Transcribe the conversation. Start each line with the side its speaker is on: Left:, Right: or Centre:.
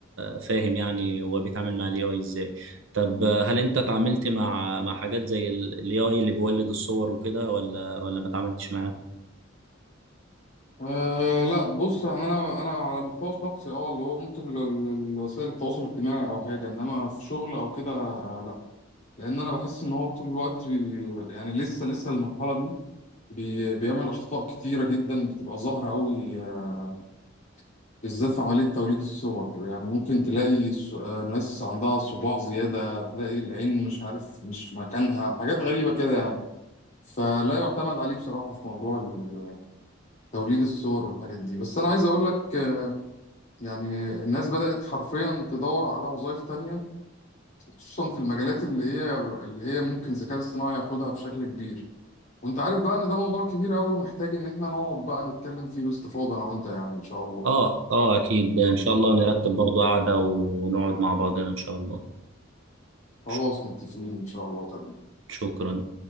Right: فاهم يعني هو بيتعامل مع الاي اي ازاي طب آه، هل انت تعاملت مع مع حاجات زي الاي اي اللي بيولد الصور وكده ولا ولا ما تعاملتش معاه
Left: أه لا بص يعني انا انا على مستوى شخصي اه اللي هو ممكن ال- ال- وسائل التواصل الاجتماعي او حاجه انما في شغل او كده لا لان انا بحس ان هو طول الوقت بي- يعني لسه لسه المرحله دي بي بيعمل أخطاء كتيرة جدا بتبقى ظاهرة أوي آه، بالذات في عملية توليد الصور يعني ممكن تلاقي ص- آه، ناس عندها صباع زيادة تلاقي العين مش عارف مش في مكانها حاجات غريبة كده يعني فلا يعتمد عليه بصراحة في موضوع ال- توليد الصور والحاجات دي بس أنا عايز أقول لك آه، يعني الناس بدأت حرفيا تدور على وظائف تانية خصوصا في المجالات اللي هي اللي هي ممكن الذكاء الاصطناعي ياخدها بشكل كبير وانت عارف بقى ان ده موضوع كبير قوي ومحتاج ان احنا نقعد بقى نتكلم فيه باستفاضة انا وانت يعني ان شاء الله
Right: اه اه اكيد ان شاء الله نرتب برضو قعدة ونقعد مع بعضنا ان شاء الله
Left: خلاص
Right: شك-
Left: متفقين ان شاء الله تمام
Right: شكرا